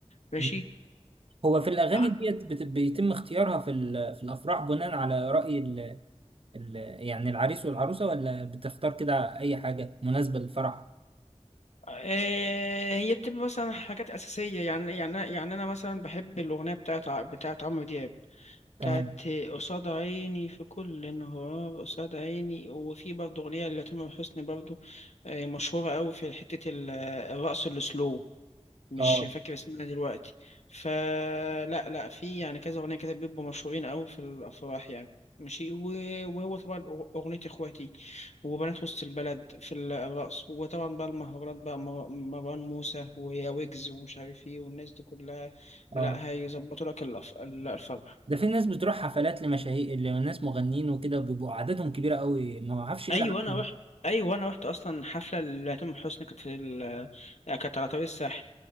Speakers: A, on the left; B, on the right.
A: ماشي
B: م. هو في الاغاني
A: يعني
B: ديت بت- بيتم اختيارها في ال- في الافراح بناء على راي ال- يعني العريس والعروسة ولا بتختار كده أي حاجة مناسبة للفرح
A: آه، هي بتبقى مثلا حاجات اساسيه يعني يعني يعني انا مثلا بحب الاغنيه بتاعت ع- بتاعت عمرو دياب
B: تمام
A: بتاعت قصاد عيني في كل انهار قصاد عيني وفي برضه أغنية لتامر حسني برضه آه، مشهورة أوي في حتة ال- الرقص السلو مش
B: اه
A: فاكر اسمها دلوقتي فلا لا في يعني كذا أغنية كده بيبقوا مشهورين أوي في الأفراح يعني ماشي و- وهو طبعا أغ- أغنية إخواتي وبنات وسط البلد في ال- الرقص وطبعا بقى المهرجانات بقى مر- مروان موسى ويا ويجز ومش عارف إيه والناس دي كلها لا
B: اه
A: هيظبطوا لك الأف- الفرح
B: ده في ناس بتروح حفلات لمشاهير لناس مغنيين وكده بيبقوا عددهم كبيرة قوي ما اعرفش ايه
A: ايوه
B: العدد
A: انا رحت ايوه انا رحت اصلا حفله لتامر حسني كانت في ال... كانت على طريق الساحل